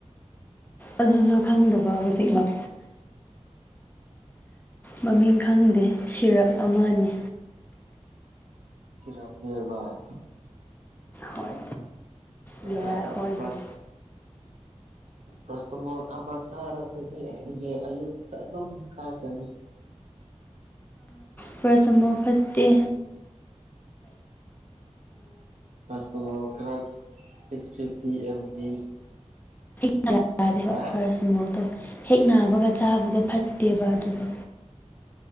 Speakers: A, on the left; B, on the right.
A: ꯑꯗꯨꯁꯨ ꯈꯪꯗꯕ ꯍꯧꯖꯤꯛꯃꯛ ꯃꯃꯤꯡ ꯈꯪꯗꯦ ꯁꯤꯔꯞ ꯑꯃꯅꯤ
B: ꯆꯔꯄ ꯗꯕ <unintelligible>
A: ꯍꯣꯏ ꯌꯥ
B: ꯑ
A: ꯍꯣꯏ
B: ꯄꯁ
A: ꯍꯣꯏ
B: ꯭ꯔꯁꯃꯜ ꯑꯃ ꯆꯥꯔ ꯑꯗꯨꯗꯤ ꯑꯩ ꯑꯌꯨꯛꯇ ꯑꯗꯨꯝ ꯊꯥꯒꯅꯤ
A: ꯄꯥꯔꯁꯇꯃꯣꯜ ꯐꯠꯇꯦ
B: ꯔꯁꯇꯣ ꯈꯔ ꯁꯤꯛꯁ ꯐꯤꯞꯇꯤ ꯑꯦꯞ ꯖꯤ
A: ꯍꯦꯛ- ꯌꯥꯗꯦꯕ
B: ꯍꯥ
A: ꯄꯦꯔꯁꯇꯃꯣꯜꯇꯣ ꯍꯦꯛ ꯅꯥꯕꯒ ꯆꯥꯕꯗꯣ ꯐꯠ ꯇꯦꯕ ꯗꯨꯒ